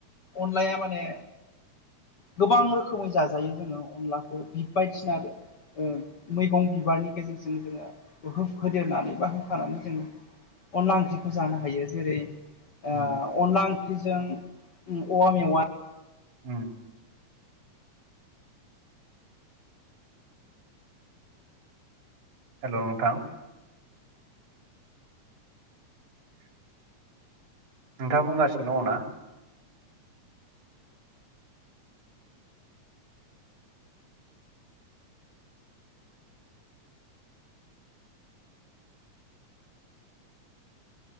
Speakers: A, on the left; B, on the right.
A: अनलाया माने गोबां रोखोमै जाजायो जोङो अनलाखौ बि बायदिसिना आरो ओ मैगं बिबारनि गेजेरजों जोङो हो-होदेरनानै बा होफानानै जों अनला ओंख्रिखौ जानो हायो जेरै
B: उम,
A: ओ अनला ओंख्रिजों उम औवा मेवा
B: उम। हेल' नोंथां। नोंथाङा बुंगासिनो दङ' ना?